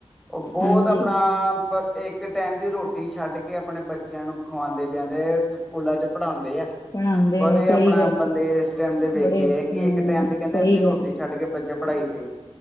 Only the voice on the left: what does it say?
ਹਾਂਜੀ
ਪੜ੍ਹਾਉਂਦੇ
ਨੇ ਸਹੀ
ਗੱਲ
ਹੈ,
ਬੜੇ
ਹਾਂ
ਸਹੀ
ਗੱਲ ਹੈ।